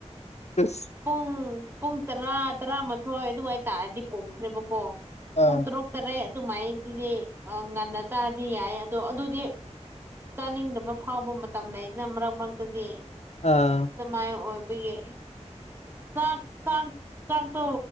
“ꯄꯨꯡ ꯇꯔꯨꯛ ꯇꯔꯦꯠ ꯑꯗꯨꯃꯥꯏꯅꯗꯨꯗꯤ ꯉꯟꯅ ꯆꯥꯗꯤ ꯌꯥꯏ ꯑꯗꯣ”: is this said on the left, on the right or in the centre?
Right